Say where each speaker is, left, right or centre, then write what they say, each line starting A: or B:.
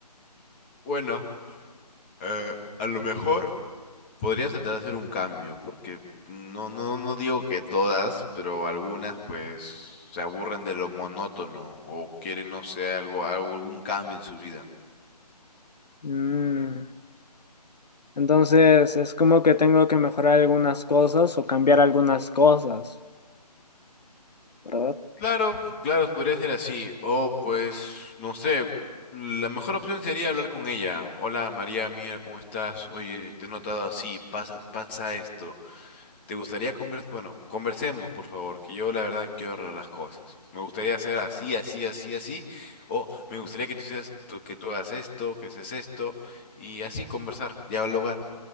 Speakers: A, on the left; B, on the left.
A: Bueno, eh, a lo mejor. Podría tratar de hacer un cambio, porque no, no, no digo que todas, pero algunas pues se aburren de lo monótono o quieren, no sé, algo, algo- algún cambio en su vida.
B: Mm, Entonces, es como que tengo que mejorar algunas cosas o cambiar algunas cosas, ¿verdad?
A: Claro, claro, podría ser así. O pues, no sé, la mejor opción sería hablar con ella. Hola María, mira, ¿cómo estás? Oye, te he notado así, pasa, pasa esto. ¿Te gustaría conversar? Bueno, conversemos, por favor, que yo la verdad quiero arreglar las cosas. Me gustaría hacer así, así, así, así, o me gustaría que tú seas, tú- que tú hagas esto, que seas esto, y así conversar, dialogar.